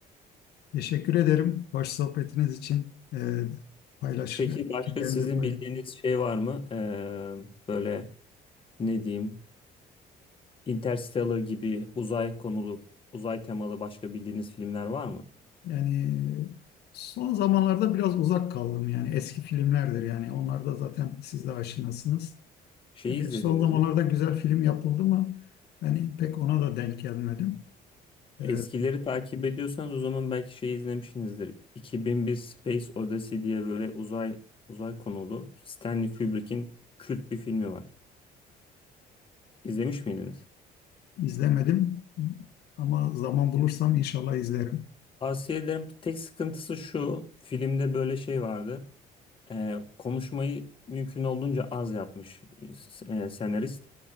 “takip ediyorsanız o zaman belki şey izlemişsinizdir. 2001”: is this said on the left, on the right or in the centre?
Left